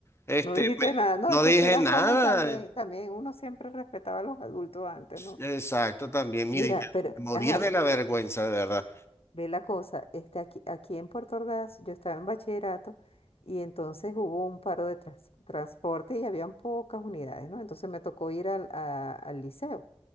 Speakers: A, on the left (about 25°); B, on the left (about 80°).
A: este,
B: no dijiste
A: me-
B: nada. No,
A: no
B: es que
A: dije
B: si era
A: nada,
B: joven también, también uno siempre respetaba a los adultos antes, ¿no?
A: exacto, también, mire,
B: Mira, pero,
A: me moría
B: ajá,
A: de la
B: te-
A: vergüenza, de verdad.
B: ve la cosa, este, aquí, aquí en Puerto Ordaz, yo estaba en bachillerato y entonces hubo un paro de trans- transporte y habían pocas unidades, ¿no? Entonces me tocó ir al, a- al liceo.